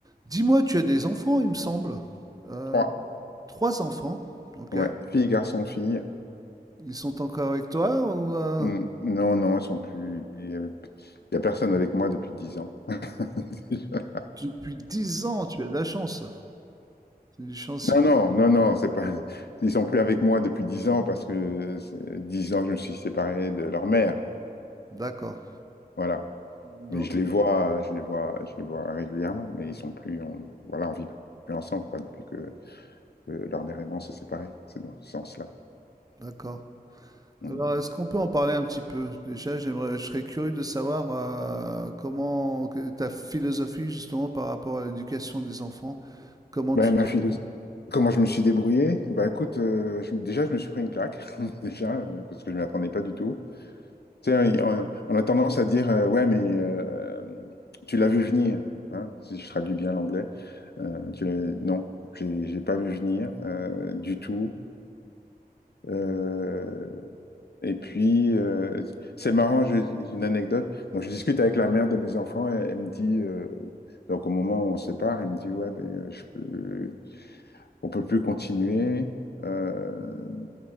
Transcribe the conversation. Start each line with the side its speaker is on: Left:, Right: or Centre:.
Right: Dis-moi, tu as des enfants, il me semble. Euh,
Left: Trois.
Right: trois enfants, ok.
Left: Ouais. Fille, garçon, fille.
Right: Ils sont encore avec toi ou euh,
Left: Hmm, Non, non, ils sont plus. Il n'y a il y a personne avec moi depuis 10 ans. <laughs>
Right: depuis dix ans, tu as de la chance. C'est du chancier.
Left: Non, non, non, non, c'est pas. Ils sont plus avec moi depuis 10 ans parce que c'est 10 ans que je me suis séparé de leur mère.
Right: D'accord.
Left: Voilà.
Right: Donc,
Left: Mais je les vois, je les vois, je les vois régulièrement, mais ils sont plus. On, voilà, on vit plus ensemble, quoi, depuis que, que leur mère et moi on s'est séparés. C'est dans ce sens-là.
Right: d'accord.
Left: Mm.
Right: Alors, est-ce qu'on peut en parler un petit peu? Déjà, j'aimerais, je serais curieux de savoir euh, comment que- ta philosophie justement par rapport à l'éducation des enfants. Comment
Left: Ben,
Right: tu
Left: ma
Right: t'es...
Left: philosophie. Comment je me suis débrouillé? Bah écoute, euh, je- déjà je me suis pris une claque, <laughs> déjà, euh, parce que je ne m'y attendais pas du tout. Tu sais, on on a tendance à dire, euh, ouais, mais euh, tu l'as vu venir, hein, si je traduis bien l'anglais. Euh, tu l'as- non, j'ai j'ai pas vu venir euh, du tout. Euh, et puis, euh, c'est marrant, j'ai j'ai une anecdote. Donc, je discute avec la mère de mes enfants, elle, elle me dit, euh, donc au moment où on se sépare, elle me dit, ouais, ben, euh, je peux, on peut plus continuer. Euh,